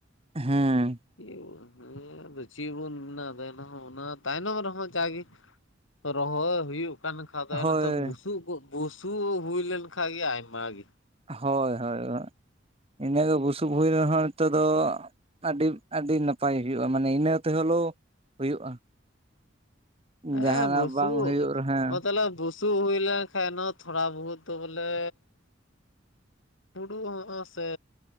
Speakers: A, on the right; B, on the left.
A: ᱦᱮᱸ᱾
B: <inaudible> ᱦᱮᱸ ᱟᱫᱚ ᱪᱮᱫ ᱵᱚᱱ ᱢᱮᱱᱟ ᱮᱱᱦᱚᱸ ᱚᱱᱟ ᱛᱟᱭᱱᱚᱢ ᱨᱮᱦᱚᱸ ᱡᱟᱜᱮ ᱨᱚᱦᱚᱭ ᱦᱩᱭᱩᱜ ᱠᱟᱱ <unintelligible>
A: ᱦᱳᱭ
B: ᱵᱩᱥᱩᱵ ᱠᱚᱜ ᱵᱩᱥᱩᱵ ᱦᱩᱭ ᱞᱮᱱᱠᱷᱟᱱ ᱜᱮ ᱟᱭᱢᱟ ᱜᱮ᱾
A: ᱦᱳᱭ ᱦᱳᱭ ᱦᱳᱭ, ᱤᱱᱟᱹ ᱜᱮ ᱵᱩᱥᱩᱵ ᱦᱩᱭ ᱨᱮᱦᱚᱸ ᱱᱤᱛᱚᱜ ᱫᱚ ᱟᱰᱤ, ᱟᱰᱤ ᱱᱟᱯᱟᱭ ᱦᱩᱭᱩᱜᱼᱟ ᱢᱟᱱᱮ ᱤᱱᱟᱹ ᱛᱮᱦᱚᱞᱮ ᱦᱩᱭᱩᱜᱼᱟ᱾
B: ᱦᱮᱸ
A: ᱡᱟᱦᱟᱱᱟᱜ
B: ᱵᱩᱥᱩᱵ
A: ᱵᱟᱝ ᱦᱩᱭᱩᱜ ᱨᱮᱦᱚᱸ
B: ᱦᱚᱸ ᱛᱟᱦᱚᱞᱮ ᱵᱩᱥ ᱥᱩᱵ ᱦᱩᱭ ᱞᱮᱱ ᱠᱷᱟᱡ ᱱᱚ ᱛᱷᱚᱲᱟ ᱵᱚᱦᱩᱛ ᱫᱚ ᱵᱚᱞᱮ ᱦᱩᱲᱩ ᱦᱚᱸᱜ-ᱚ ᱥᱮ